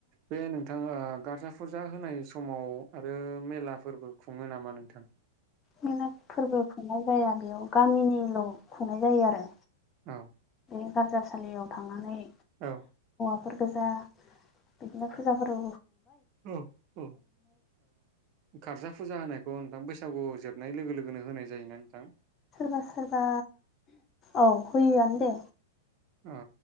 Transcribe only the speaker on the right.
बे नोंथाङा गारजा फुरजा होनाय समाव आरो मेलाफोरबो खुङो नामा नोंथां?
औ
औ
औ औ ओ गारजा फुजा होनाय बेखौ नोंथां बैसागु जोबनाय लोगो लोगोनो होनाय जायोना नोंथां?
औ